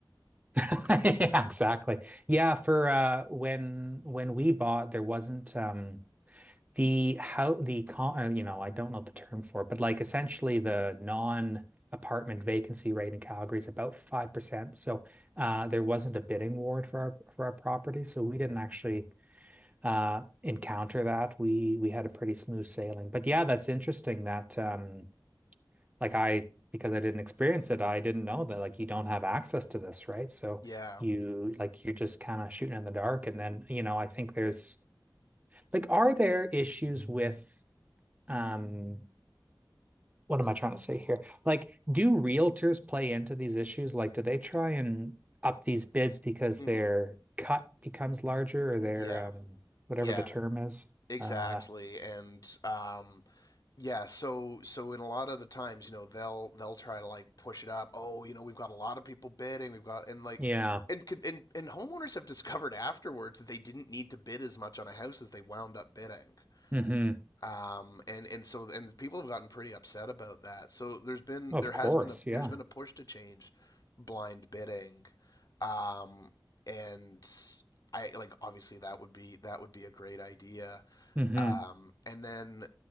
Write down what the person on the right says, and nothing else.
<laughs> Yeah, exactly. Yeah, for uh when when we bought there wasn't um the how the con uh, you know I don't know the term for it, but like essentially the non apartment vacancy rate in Calgary is about 5%. So uh, there wasn't a bidding war for our for our property, so we didn't actually uh, encounter that. We we had a pretty smooth sailing. But yeah, that's interesting that um, like I because I didn't experience it, I didn't know that like you don't have access to this, right? So
you like you're just kind of shooting in the dark and then you know I think there's like are there issues with um what am I trying to say here? Like, do realtors play into these issues? Like, do they try and up these bids because
their cut becomes larger or their
um whatever
the term is?
Uh
yeah.
hmm
Of
course,
yeah.
hmm